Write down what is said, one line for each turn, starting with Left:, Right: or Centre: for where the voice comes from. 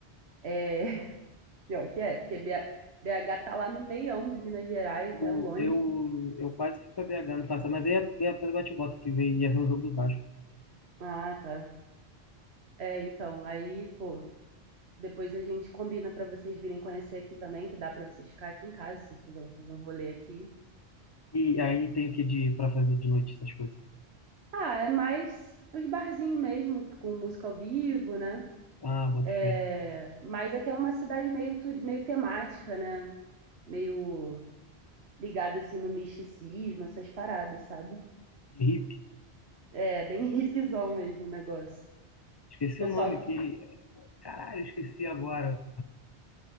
Right: É, <laughs> pior que é, porque BH, BH tá lá no meião de Minas Gerais,
Left: Eu,
Right: é longe.
Left: eu, eu quase fui pra BH no passado, mas aí ia, ia fazer bate bota fui ver, ia ver um jogo do Vasco.
Right: Ah, tá. É, então, aí, pô, Depois a gente combina pra vocês virem conhecer aqui também, que dá pra vocês ficar aqui em casa, se vocês quiserem fazer um rolê aqui.
Left: E aí tem o que de, pra fazer de noite essas coisas?
Right: Ah, é mais os barzinhos mesmo, com música ao vivo, né?
Left: Ah, boto
Right: É...
Left: fé.
Right: Mas aqui é uma cidade meio, tu- meio temática, né? Meio ligada assim no misticismo, essas paradas, sabe?
Left: De hippie.
Right: É bem <laughs> hipzão mesmo o negócio.
Left: Esqueci
Right: Pessoal
Left: o nome
Right: que.
Left: que. Caralho, esqueci agora.